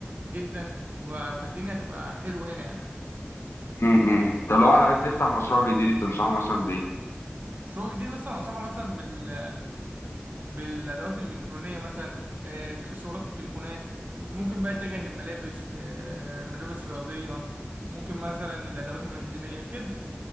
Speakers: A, on the right; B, on the left.
A: جدا و- فالدنيا هتبقى حلوة هنا يعني
B: امم طب لو واحد عايز يفتح مشروع جديد تنصحه مثلا بايه
A: مشروع جديد مثلا انصحه مثلا بال بالادوات الالكترونيه مثلا آه، اكسسوارات التليفونات ممكن بقى يتجه للملابس آه، ملابس رياضيه ممكن مثلا الادوات المنزليه كده